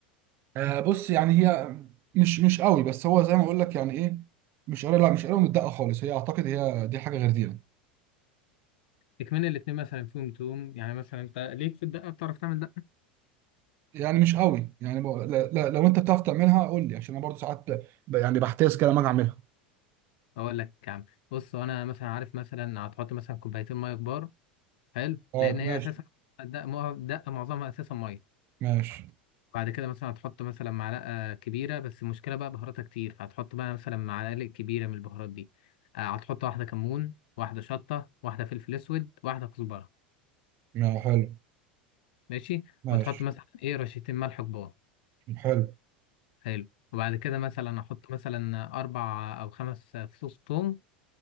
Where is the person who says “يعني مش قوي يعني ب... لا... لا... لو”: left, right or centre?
Right